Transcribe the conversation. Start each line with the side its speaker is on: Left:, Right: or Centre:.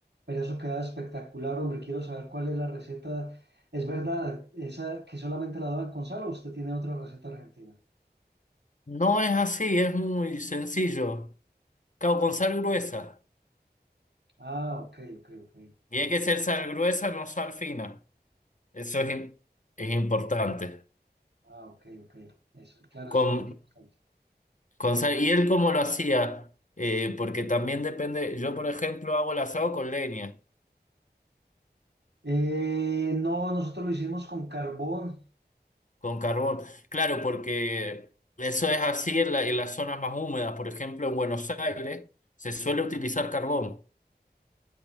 Right: Pero eso queda espectacular, hombre, quiero saber cuál es la receta. ¿Es verdad esa que solamente la daban con sal o usted tiene otra receta argentina?
Left: No es así, es muy sencillo. Cao con sal gruesa.
Right: Ah, ok, ok, ok.
Left: Y hay que ser sal gruesa, no sal fina. Eso es, im- es importante.
Right: Ah, ok, ok. Eso, claro, eso
Left: Con,
Right: es un dato importante.
Left: con sal. ¿Y él cómo lo hacía? Eh, porque también depende. Yo, por ejemplo, hago el asado con leña,
Right: Eh, no, nosotros lo hicimos con carbón.
Left: con carbón. Claro, porque eso es así en la- en las zonas más húmedas. Por ejemplo, en Buenos Aires se suele utilizar carbón.